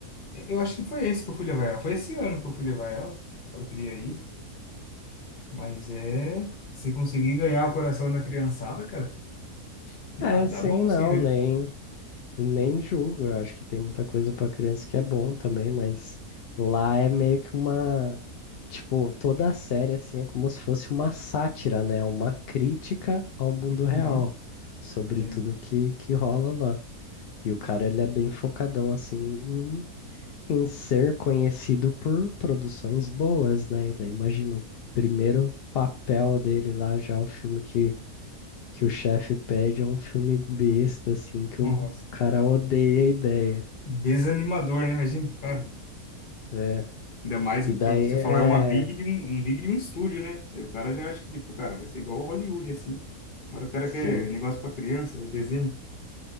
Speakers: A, on the left; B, on the left.
A: é, Eu acho que foi esse que eu fui levar ela. Foi esse ano que eu fui levar ela. Ela queria ir. Mas é. Se conseguir ganhar o coração da criançada, cara, dá,
B: É,
A: dá
B: sim,
A: bom
B: não,
A: sim, né?
B: nem, nem julgo. Eu acho que tem muita coisa pra criança que é bom também, mas lá é meio que uma. Tipo, toda a série, assim, é como se fosse uma sátira, né? É Uma crítica ao mundo
A: Uhum.
B: real, sobre
A: Sei.
B: tudo que, que rola lá. E o cara, ele é bem focadão, assim, em ser conhecido por produções boas, né? E daí imagina o primeiro papel dele lá, já o filme que, que o chefe pede é um filme besta, assim, que
A: Nossa.
B: o cara odeia a ideia.
A: Desanimador, né? Imagina, cara.
B: É.
A: Ainda mais
B: E daí
A: pro que você
B: é.
A: falou, é uma big de um, um big de um estúdio, né? Aí o cara já acha que, tipo, cara, vai ser igual ao Hollywood, assim. Agora o cara
B: Sim,
A: quer negócio pra criança, né? desenho.